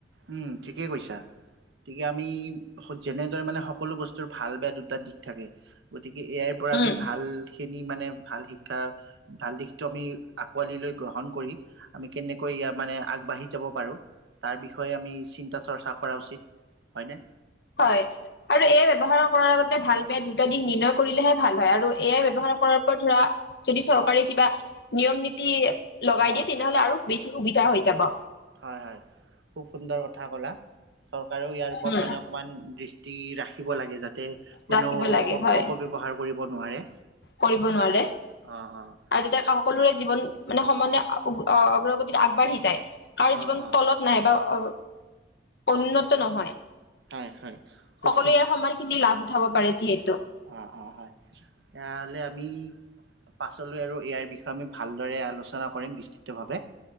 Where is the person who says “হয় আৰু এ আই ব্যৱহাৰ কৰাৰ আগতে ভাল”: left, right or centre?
Left